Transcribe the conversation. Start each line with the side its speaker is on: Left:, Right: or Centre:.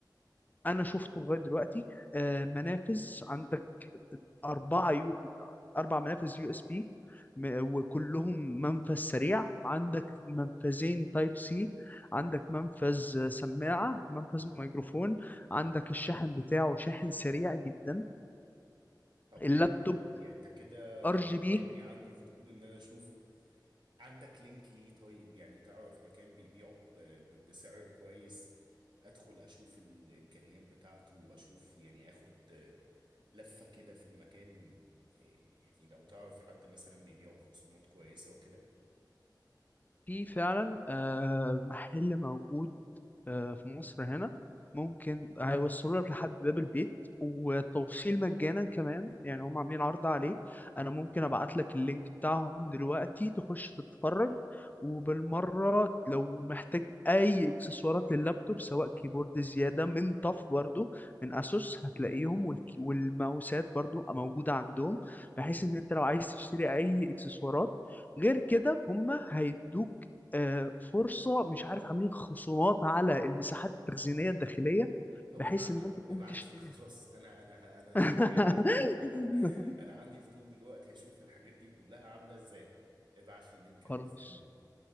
Left: انا شفته لغاية دلوقتي آه، منافذ عند أربعة يو... أربع منافذ يو اس بي وكلهم منفذ سريع عندك منفذين تايب سي عندك منفذ سماعة منفذ ميكروفون عندك الشاحن بتاعه شاحن سريع جدا
Right: طب
Left: اللابتوب
Right: حلو قوي يعني انت كده
Left: ار جي
Right: خلتني
Left: بي
Right: عندي فضول ان انا اشوفه عندك لينك ليه طيب يعني تعرف مكان بيبيعه ب- ب- بسعر كويس ادخل اشوف الامكانيات بتاعته واشوف يعني اخد لفه كده في المكان إيه، يعني لو تعرف حد مثلا بيبيعه بخصومات كويسه وكده
Left: فيه فعلا آه، محل موجود آه، في مصر هنا ممكن هيوصلوا لك لحد باب البيت والتوصيل مجانا كمان يعني هم عاملين عرض عليه انا ممكن ابعت لك اللينك بتاعهم دلوقتي تخش تتفرج وبالمرة لو محتاج اي اكسسوارات لللابتوب سواء كيبورد زيادة من طف برضو من اسوس هتلاقيهم والك- والماوسات برضو موجودة عندهم بحيث ان انت لو عايز تشتري اي اكسسوارات غير كده هم هيدوك آه، فرصه مش عارف عاملين خصومات على المساحات التخزينيه الداخليه
Right: طب
Left: بحيث
Right: ابعت
Left: ان انت
Right: لي
Left: تقوم
Right: ابعت
Left: تشتريها
Right: لي خلاص انا انا انا اشتريت
Left: <laughs>
Right: انا انا انا عندي فضول دلوقتي اشوف الحاجات دي كلها عامله ازاي ابعت لي اللينك
Left: خلاص
Right: انا مستنيه